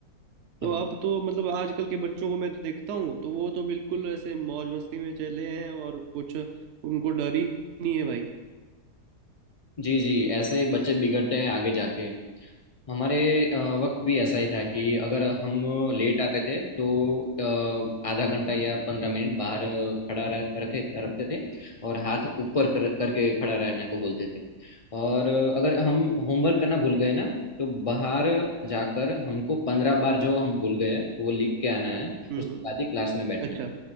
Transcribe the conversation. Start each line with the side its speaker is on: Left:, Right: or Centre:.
Right: तो
Left: अब-
Right: अब तो मतलब आजकल के बच्चों को मैं देखता हूँ तो वो तो बिल्कुल ऐसे मौज मस्ती में चले हैं और कुछ उनको डर ही नहीं है भाई
Left: जी जी ऐसे बच्चे बिगड़ते हैं आगे जाके हमारे अ, वक्त भी ऐसा ही था कि अगर हम लेट आते थे तो अ, आधा घंटा या पंद्रह मिनट बाहर खड़ा रख रखे रखते थे और हाथ ऊपर कर, करके खड़ा रहने को बोलते थे और अ, अगर हम होमवर्क करना भूल गए ना तो बाहर जाकर हमको पंद्रह बार जो हम भूल गए वो लिख के आना है
Right: हम्म
Left: उसके
Right: हम्म,
Left: बाद ही क्लास में बैठना
Right: अच्छा
Left: है